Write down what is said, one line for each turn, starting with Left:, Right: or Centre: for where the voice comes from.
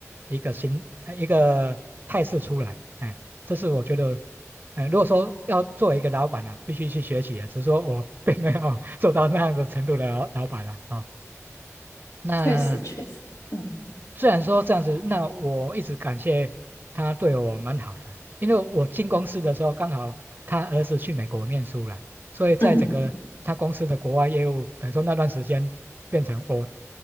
Right: 一个心呃一个态势出来，哎，这是我觉得，哎，如果说要作为一个老板啊，必须去学习啊。只是说我并没有 <laughs> 做到那样的程度的老老板了啊、那
Left: 确实确实，嗯
Right: 虽然说这样子，那我一直感谢他对我蛮好的，因为我进公司的时候刚好他儿子去美国念书了，所以在整个他公司的国外业务，
Left: 嗯，
Right: 等于说那段时间变成我